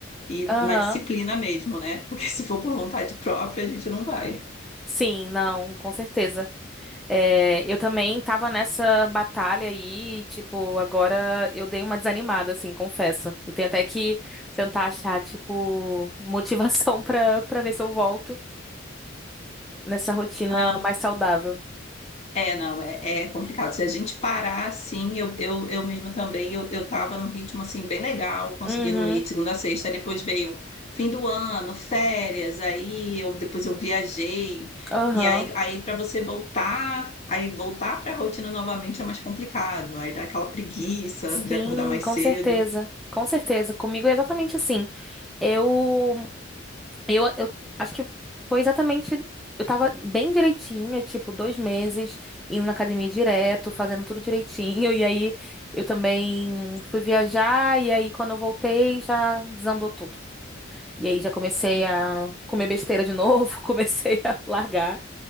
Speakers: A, on the left; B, in the centre.
A: ir
B: Aham.
A: na disciplina mesmo, né? <laughs> Porque se for por vontade própria, a gente não vai.
B: Sim, não, com certeza. É, eu também tava nessa batalha aí, tipo, agora eu dei uma desanimada, assim, confesso. Eu tenho até que tentar achar, tipo, motivação <laughs> pra, pra ver se eu volto nessa rotina
A: Não,
B: mais saudável.
A: É, não, é, é complicado. Se a gente parar assim, eu, eu, eu mesmo também, eu, eu tava num ritmo assim bem legal, conseguindo
B: Uhum,
A: ir de segunda a sexta, aí depois veio fim do ano, férias, aí eu depois eu viajei.
B: aham.
A: E aí, aí para você voltar, aí voltar para a rotina novamente é mais complicado. Aí dá aquela preguiça
B: Sim,
A: de acordar mais
B: com
A: cedo.
B: certeza. Com certeza. Comigo é exatamente assim. Eu Eu, eu acho que foi exatamente. Eu tava bem direitinha, tipo, dois meses, indo na academia direto, fazendo tudo direitinho. E aí eu também fui viajar, e aí quando eu voltei já desandou tudo. E aí já comecei a comer besteira de novo, <laughs> comecei a largar.